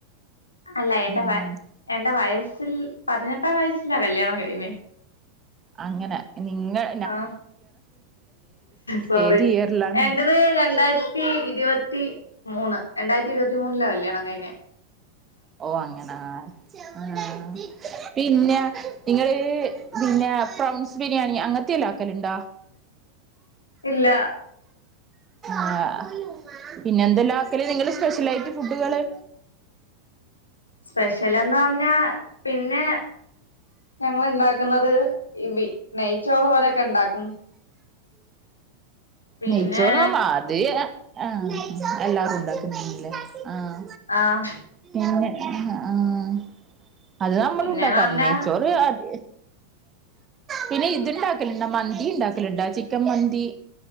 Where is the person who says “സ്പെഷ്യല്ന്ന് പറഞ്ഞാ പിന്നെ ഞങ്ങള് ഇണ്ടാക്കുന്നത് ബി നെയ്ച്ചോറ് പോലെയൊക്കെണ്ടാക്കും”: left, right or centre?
Left